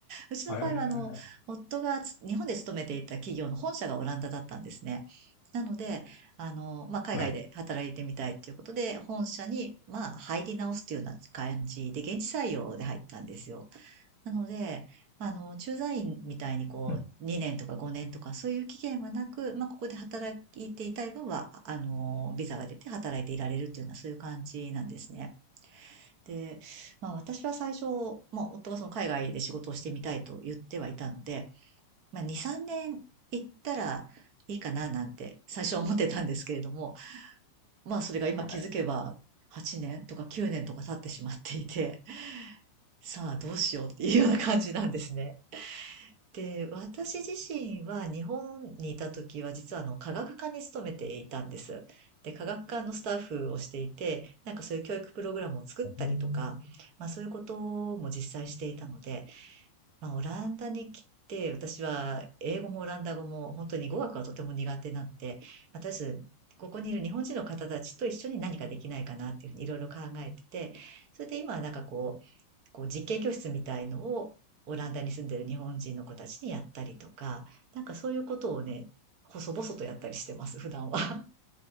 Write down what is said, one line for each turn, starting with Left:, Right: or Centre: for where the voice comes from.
Right: うちの場合はあの、
Left: えー、
Right: 夫がつ日本で勤めていた企業の本社がオランダだったんですね。なので、あの、まあ、海外で働いてみたいということで、
Left: はい。
Right: 本社に、まあ、入り直すというような感じで、現地採用で入ったんですよ。なので、まああの、駐在員みたいにこう、
Left: うん
Right: 2年とか5年とかそういう期限はなく、まあ、ここで働いていたい分は、ああの、ビザが出て働いていられるっていうのはそういう感じなんですね。で、まあ、私は最初、まあ、夫がその海外で仕事をしてみたいと言ってはいたので、まあ、2、3年行ったらいいかななんて最初は思ってたんですけれども、まあ、それが今気づけば、
Left: はい
Right: 8年とか9年とか経ってしまっていて、さあどうしようっていうような感じなんですね。で、私自身は日本にいた時は実はあの科学科に勤めていたんです。で、科学科のスタッフをしていて、なんかそういう教育プログラムを作ったりとか、
Left: うん
Right: まあそういうことも実際していたので、まあ、オランダに来て、私は英語もオランダ語も本当に語学はとても苦手なので、まあとりあえず、ここにいる日本人の方たちと一緒に何かできないかなっていうふうにいろいろ考えてて、それで今はなんかこう、こう実験教室みたいのをオランダに住んでる日本人の子たちにやったりとか、なんかそういうことをね、細々とやったりしてます、普段は。<laughs>